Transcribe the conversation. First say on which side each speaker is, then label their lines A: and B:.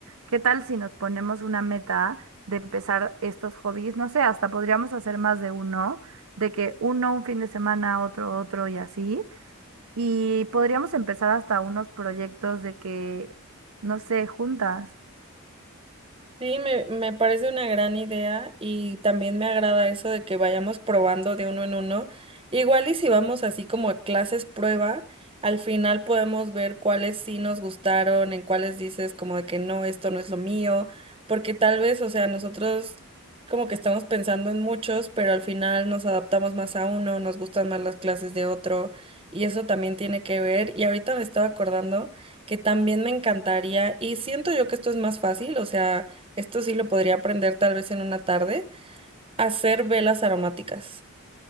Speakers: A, on the right (about 80°); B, on the right (about 25°).
A: ¿qué tal si nos ponemos una meta de empezar estos hobbies? No sé, hasta podríamos hacer más de uno, de que uno un fin de semana, otro otro y así. Y podríamos empezar hasta unos proyectos de que, no sé, juntas.
B: Sí, me, me parece una gran idea y también me agrada eso de que vayamos probando de uno en uno. Igual y si vamos así como a clases prueba, al final podemos ver cuáles sí nos gustaron, en cuáles dices como de que no, esto no es lo mío, porque tal vez, o sea, nosotros como que estamos pensando en muchos, pero al final nos adaptamos más a uno, nos gustan más las clases de otro y eso también tiene que ver. Y ahorita me estaba acordando que también me encantaría y siento yo que esto es más fácil, o sea esto sí lo podría aprender tal vez en una tarde, hacer velas aromáticas.